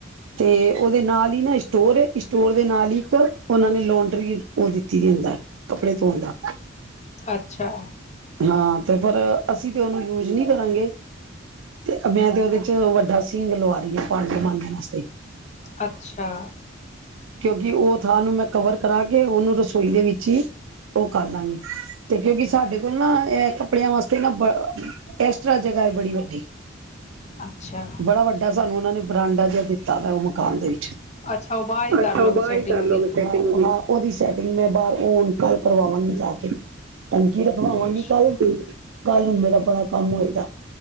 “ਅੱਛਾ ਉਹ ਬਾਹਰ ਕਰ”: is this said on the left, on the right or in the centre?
Left